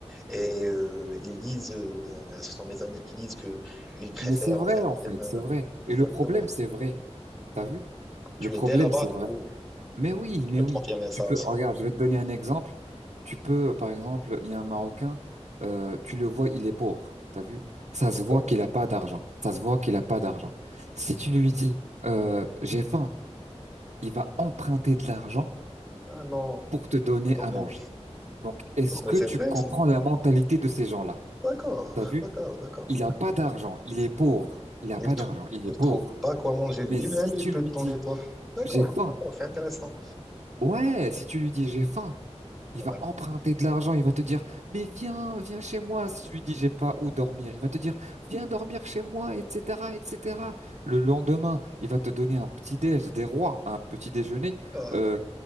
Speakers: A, in the centre; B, on the right.
A: et euh, ils disent, euh, euh, ce sont mes amis qui disent que ils préfèrent
B: mais c'est vrai,
A: en fait
B: en fait,
A: M.
B: c'est vrai.
A: Exactement.
B: Et le problème, c'est vrai. T'as vu? Le
A: Tu
B: problème,
A: étais là-bas,
B: c'est
A: du
B: vrai.
A: coup,
B: Mais oui,
A: tu
B: mais
A: peux
B: oui.
A: me confirmer ça
B: Tu peux,
A: aussi.
B: regarde, je vais te donner un exemple. Tu peux, par exemple, il y a un Marocain, euh, tu le vois, il est pauvre. T'as vu? Ça
A: D'accord?
B: se voit qu'il n'a pas d'argent. Ça se voit qu'il n'a pas d'argent. Si tu lui dis, euh, j'ai faim, il va emprunter de l'argent
A: Ah non,
B: pour te donner
A: dans
B: à
A: les-
B: manger. Donc, est-ce
A: non, mais
B: que
A: c'est
B: tu
A: vrai,
B: comprends
A: si.
B: la mentalité de ces gens-là?
A: D'accord,
B: T'as vu?
A: d'accord, d'accord,
B: Il
A: d'accord.
B: a pas d'argent, il est pauvre. Il a
A: Il
B: pas
A: trouve,
B: d'argent, il
A: il
B: est pauvre.
A: trouve pas quoi manger lui-même,
B: Mais si
A: il
B: tu
A: peut
B: lui
A: te donner
B: dis,
A: toi. D'accord,
B: j'ai faim,
A: d'accord, c'est intéressant.
B: ouais, si tu lui dis, j'ai faim, il
A: Vraiment.
B: va emprunter de l'argent, il va te dire, mais viens, viens chez moi. Si tu lui dis, j'ai pas où dormir, il va te dire, viens dormir chez moi, etc., etc. Le lendemain, il va te donner un petit déj, des rois, un petit déjeuner,
A: D'accord.
B: euh,
A: <laughs>